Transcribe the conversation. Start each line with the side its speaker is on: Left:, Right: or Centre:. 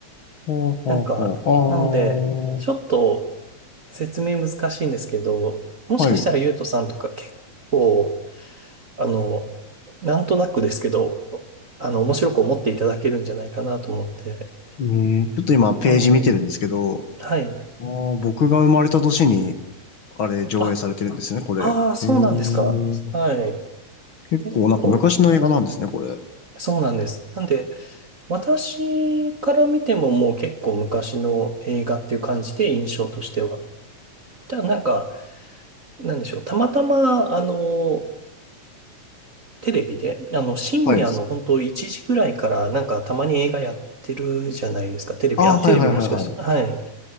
Left: ほうほうほう。
Right: なんか、なので、ちょっと説明難しいんですけど、もしかしたらゆうとさんとか結構、
Left: ああ。はい。
Right: あの、なんとなくですけど、あの、面白く思っていただけるんじゃないかなと思って。
Left: うん、ちょっと今ページ見てるんですけど、
Right: ええ、はい。
Left: あー僕が生まれた年に、あれ、上映されてるんですね、
Right: あ、
Left: これ。
Right: ああ、そうなんですか。
Left: えー、
Right: はい。
Left: 結構、
Right: 結構、
Left: なんか昔の映画なんですね、これ。
Right: そうなんです。なんで、私から見てももう結構昔の映画っていう感じで印象としては。じゃあなんか、なんでしょう。たまたま、あの、テレビで、あの、深夜の本当1時ぐらいからなんかたまに映画やってるじゃないですか。
Left: はい。
Right: テレビ、
Left: ああ、
Right: あ、テレビもしかして、
Left: はいはいはいはい。
Right: はい。